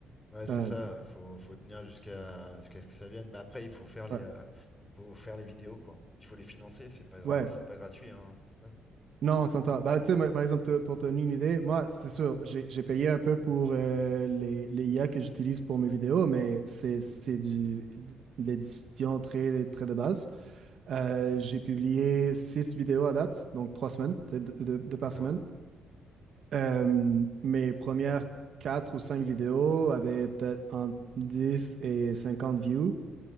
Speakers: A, on the left (about 15°); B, on the right (about 60°).
A: Ouais, c'est
B: Euh,
A: ça. Faut, faut tenir jusqu'à jusqu'à ce que ça vienne. Mais après, il faut faire les,
B: ouais.
A: euh, faut faire les vidéos, quoi. Il faut les financer. C'est pas gra-
B: Ouais.
A: c'est pas gratuit, hein. C'est ça.
B: Non, on s'entend. Bah, tu sais, moi, par exemple, te- pour te donner une idée, moi, c'est sûr, j'ai j'ai payé un peu pour euh, les, les IA que j'utilise pour mes vidéos, mais c'est c'est du, de l'édition très, très de base. Euh, j'ai publié six vidéos à date, donc trois semaines, tu sais, deux, deux- deux par
A: D'accord?
B: semaine. Euh, mes premières quatre ou cinq vidéos avaient peut-être entre 10 et 50 views.